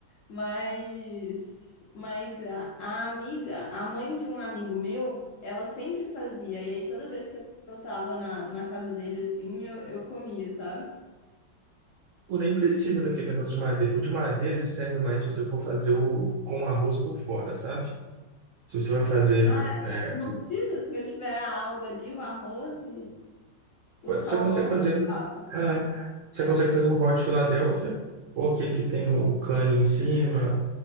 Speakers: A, on the left; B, on the right.
A: Mas, mas a, a amiga, a mãe de um amigo meu, ela sempre fazia, e aí toda vez que eu tava na, na casa dele, assim, eu, eu comia, sabe?
B: Tu nem precisa daquele negócio de madeira. O de madeira ele serve mais se você for fazer o, com arroz por fora, sabe? Se você vai fazer
A: Ah,
B: é,
A: não precisa. Se eu tiver a alga ali, o arroz e o
B: Você
A: salmão,
B: consegue fazer,
A: eu faço.
B: é, você consegue fazer o Hot Philadelphia, ou aquele que tem o cane em cima,